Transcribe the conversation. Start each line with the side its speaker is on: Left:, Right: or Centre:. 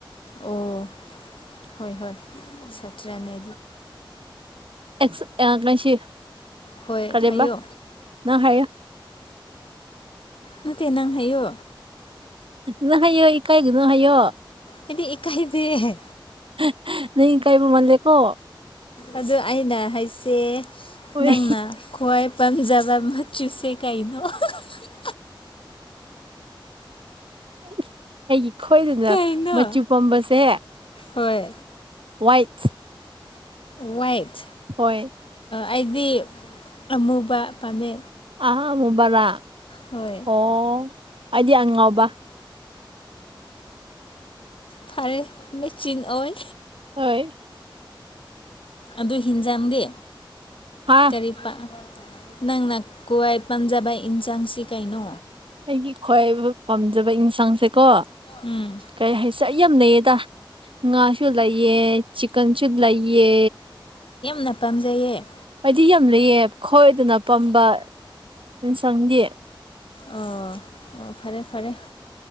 Left: ꯑꯣ ꯍꯣꯏ ꯍꯣꯏ ꯁꯥꯠꯇ꯭ꯔꯦꯅꯦ
Right: ꯑꯦꯁ ꯑꯦꯟ ꯀꯩꯁꯤ
Left: ꯍꯣꯏ
Right: ꯀꯔꯤꯕ
Left: ꯍꯥꯏꯌꯣ
Right: ꯅꯪ ꯍꯥꯏꯌꯣ
Left: ꯅꯠꯇꯦ ꯅꯪ ꯍꯥꯏꯌꯣ
Right: ꯅꯪ ꯍꯥꯏꯌꯣ ꯏꯀꯥꯏꯒꯅꯣ ꯍꯥꯏꯌꯣ
Left: ꯑꯩꯗꯤ ꯏꯀꯥꯏꯗꯦ
Right: ꯍ ꯍ ꯅꯪ ꯏꯀꯥꯏꯕ ꯃꯥꯂꯦꯀꯣ
Left: ꯑꯗꯣ ꯑꯩꯅ ꯍꯥꯏꯁꯦ
Right: ꯍꯣꯏ
Left: ꯅꯪꯅ ꯈ꯭ꯋꯥꯏ ꯄꯥꯝꯖꯕ ꯃꯆꯨꯁꯦ ꯀꯩꯅꯣ ꯑ ꯍ ꯍ
Right: ꯑꯩꯗꯤ ꯑꯩꯒꯤ ꯈꯣꯏꯗꯅ
Left: ꯀꯩꯅꯣ
Right: ꯃꯆꯨ ꯄꯥꯝꯕꯁꯦ
Left: ꯍꯣꯏ
Right: ꯋꯥꯏꯠ
Left: ꯋꯥꯏꯠ
Right: ꯍꯣꯏ
Left: ꯑꯩꯗꯤ ꯑꯃꯨꯕ ꯄꯥꯝꯃꯦ
Right: ꯑ ꯑꯃꯨꯕꯔꯥ
Left: ꯍꯣꯏ
Right: ꯑꯣ ꯑꯩꯗꯤ ꯑꯉꯥꯎꯕ
Left: ꯐꯔꯦ ꯃꯦꯆꯤꯡ ꯑꯣꯏ
Right: ꯍꯣꯏ
Left: ꯑꯗꯨ ꯍꯤꯟꯖꯥꯡꯗꯤ
Right: ꯍꯥ
Left: ꯀꯔꯤ ꯄꯥ ꯅꯪꯅ ꯀ꯭ꯋꯥꯏ ꯄꯥꯝꯖꯕ ꯏꯟꯁꯥꯡꯁꯤ ꯀꯩꯅꯣ
Right: ꯑꯩꯒꯤ ꯈ꯭ꯋꯥꯏ ꯄꯥꯝꯖꯕ ꯏꯟꯁꯥꯡꯁꯦꯀꯣ
Left: ꯎꯝ
Right: ꯀꯩ ꯍꯥꯏꯁꯦ ꯑꯩ ꯌꯥꯝ ꯂꯩꯌꯦꯗ ꯉꯥꯁꯨ ꯂꯩꯌꯦ ꯆꯤꯛꯀꯟꯁꯨ ꯂꯩꯌꯦ
Left: ꯅ ꯄꯥꯝꯖꯩꯌꯦ
Right: ꯗꯤ ꯌꯥꯝ ꯂꯩꯌꯦ ꯈꯣꯏꯗꯅ ꯄꯥꯝꯕ ꯌꯦꯟꯁꯥꯡꯗꯤ
Left: ꯑꯣ ꯑꯣ ꯐꯔꯦ ꯐꯔꯦ